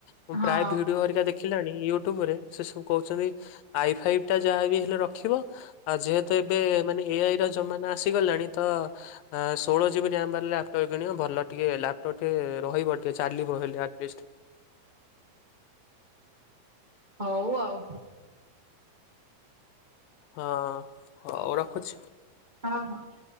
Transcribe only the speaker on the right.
ହଁ
ହଉ ଆଉ।
<inaudible>